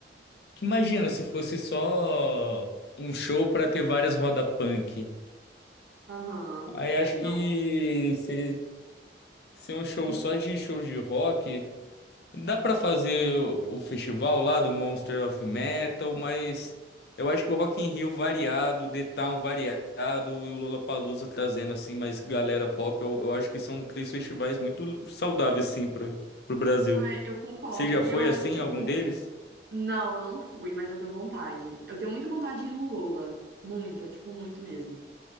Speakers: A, on the left; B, on the right.
A: Que Imagina se fosse só um show pra ter várias roda punk.
B: aham,
A: Aí
B: é,
A: acho que
B: não.
A: se, se um show
B: Isso-
A: só de show de rock, dá pra fazer o, o festival lá do Monster of Metal, mas eu acho que o Rock in Rio variado, The Town variado e o Lollapalooza trazendo assim mais galera pop, eu, eu acho que são três festivais muito saudáveis sim para pro Brasil.
B: ah, é, eu concordo.
A: Você já
B: E
A: foi
B: eu acho
A: assim
B: que, tipo,
A: em algum deles?
B: não, eu não fui, mas eu tenho vontade. Eu tenho muita vontade de ir no Lola. Muita, tipo, muito mesmo.